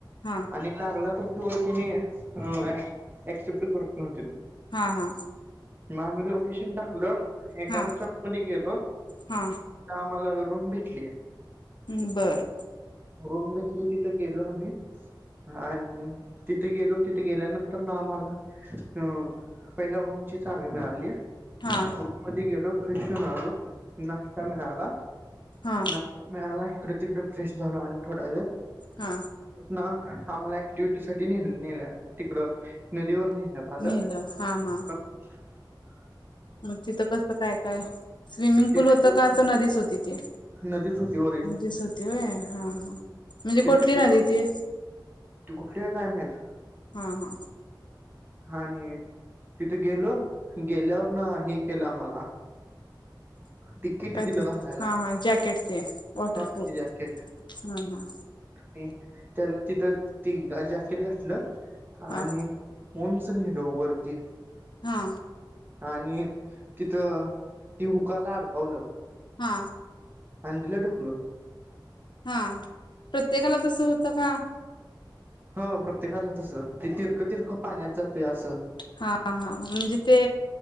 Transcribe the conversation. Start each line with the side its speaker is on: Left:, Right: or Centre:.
Left: हा
Right: आणि लागला तर तो तिने हम्म ऍक्सेप्ट करत नव्हती.
Left: हा हा.
Right: मग आम्ही लोकेशन टाकलं एका
Left: हा
Right: रिसॉर्टमध्ये गेलो त्या
Left: हा
Right: आम्हाला रूम भेटली.
Left: हम्म बरं.
Right: रूम भेटली तिथं गेलो आम्ही आणि तिथे गेलो तिथे गेल्यानंतर ना आम्हाला अ पहिला रूम ची चावी मिळाली,
Left: हा
Right: रूम मध्ये गेलो फ्रेश होऊन आलो, नाश्ता मिळाला
Left: हा
Right: नाश्ता मिळाला, हिकडं तिकडं फ्रेश झालो आणि थोडा वेळ
Left: हा
Right: ना आम्हाला ऍक्टिव्हटी साठी ने नेल तिकडं नदीवर नेण्यात आलं.
Left: नेलं हा हा.
Right: <inaudible>
Left: मग तिथं कसं काय काय? स्विमिंग
Right: तिथे
Left: पूल होत
Right: गेलो
Left: का असं नदीच होती ती?
Right: नदीच होती वरी.
Left: नदीचं होती व्हय, हा हा म्हणजे
Right: तिथे
Left: कोठली
Right: गेलो
Left: नदी ती?
Right: ती कुठली हाय काय माहित?
Left: हा हा.
Right: आणि तिथं गेलो गेल्यावर ना हे केलं आम्हाला
Left: <inaudible>
Right: तिकीट
Left: काय
Right: दिलं
Left: ते,
Right: घालायला
Left: हा हा, जॅकेट ते वॉटरप्रूफ,
Right: हा ते जॅकेट
Left: हा हा.
Right: आणि त्याला तिथं ति जॅकेट घातलं
Left: हा
Right: आणि उंच नेलं वरती.
Left: हा.
Right: आणि तिथं ती हुकाला अडकावलं.
Left: हा.
Right: आण दिल ढकलून.
Left: हा प्रत्येकाला तसं होतं का?
Right: हो प्रत्येकाला तसं ते तिरकं तिरकं पाण्यात जातय असं.
Left: हा हा म्हणजे ते